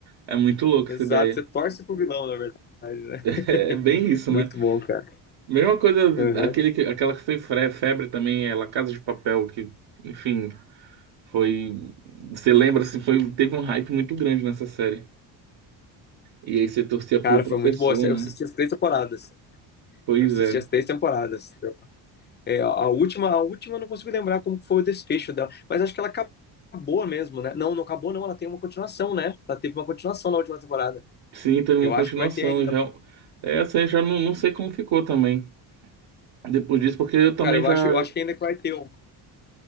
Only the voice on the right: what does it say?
é muito louco
essa ideia.
<laughs>
É bem isso,
né?
Mesma coisa,
aquele, que- aquela que foi fre- febre também, ela Casa de Papel, que, enfim, foi. Você lembra, assim, foi, teve um hype muito grande nessa série. E aí você torcia
pro professor,
né?
Pois
é.
Sim, teve uma
continuação.
E real- é assim, eu já não, não sei como ficou também. depois disso, porque eu também
já,